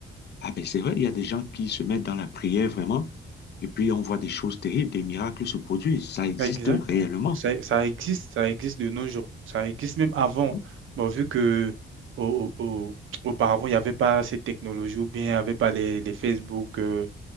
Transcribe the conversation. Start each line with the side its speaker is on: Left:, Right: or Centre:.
Left: ah ben, c'est vrai, il y a des gens qui se mettent dans la prière vraiment. Et puis, on voit des choses terribles, des miracles se produisent. Ça existe
Right: Exactement.
Left: réellement.
Right: Ça, ça existe, ça existe de nos jours. Ça existe même avant.
Left: Oui,
Right: Bon, vu que au, au- au- auparavant, il n'y avait pas ces technologies ou bien il n'y avait pas les, les Facebook. euh,